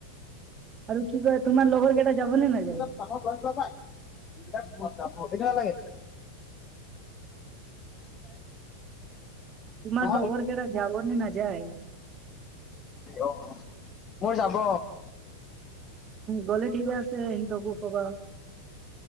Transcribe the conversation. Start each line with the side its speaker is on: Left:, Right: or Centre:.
Right: আৰু কি কয় তোমাৰ লগৰ কেইটা যাব নে নাযায়।
Left: গ, বি ম যাম কেইটা লাগে। <inaudible> <inaudible>
Right: তোমাৰ
Left: অ,
Right: লগৰ কেইটা যাব নে নাযায়
Left: অ, মোৰ যাব।
Right: গ'লে ঠিক আছে এহত কো ক'বা।